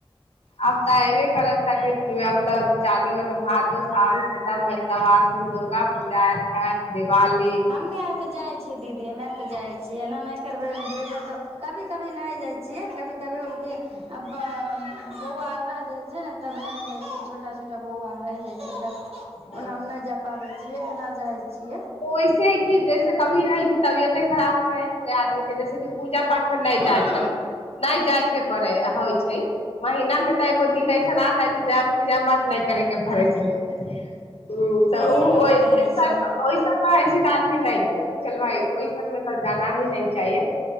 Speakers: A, on the left; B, on the right.
A: आब तऽ एबे करत कनी दिन में आब तऽ चालू भेल भादो साबन खतम भ तब आसिन दुर्गा पूजा छ्ठ दिवाली
B: हम्मे आरके जाइ छियै दीदी हम आरके जाइ छियै एना नहि करबै जेबै तऽ कभी कभी नै जाइ छियै कभी कभी भेल की आ बौआ रहि जाइ छैयने तब नहि जाइ छियै छोटा छोटा बौआ रहि जाइ छैयने तब
A: हँ
B: ओना मे नै जा पबैत छियै एना जाइ छियै।
A: ओइसे कि जैसे कभी रहे कि तबियते खराब रहल आदमी के जैसे कि पूजा पाठ मे नहि
B: हँ
A: जाइ छलखिन नहि जाय के पड़य होइ छैय। महिना मे तऽ एगो दिन ऐसन आ जाइ छैय जे पूजा पाठ नहि करै के पड़य छलै। ह
B: सहिए
A: तऽ
B: बात कहै छियै
A: <unintelligible> रहै छै तऽ आदमी नहि गेलक चल भाय ओहिसन मे तऽ जाना ही नै चाही।